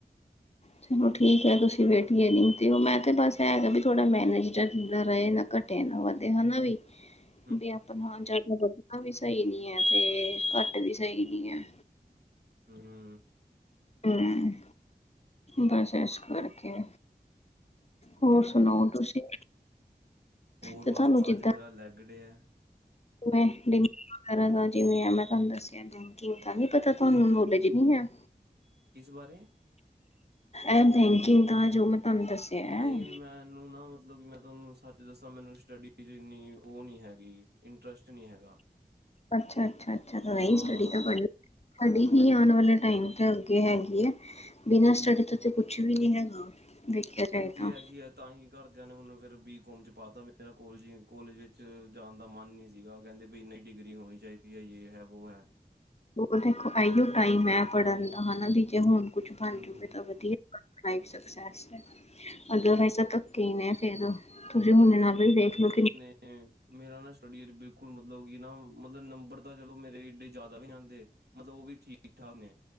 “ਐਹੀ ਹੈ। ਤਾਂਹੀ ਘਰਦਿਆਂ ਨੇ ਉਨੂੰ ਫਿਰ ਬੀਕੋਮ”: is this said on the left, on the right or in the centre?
Right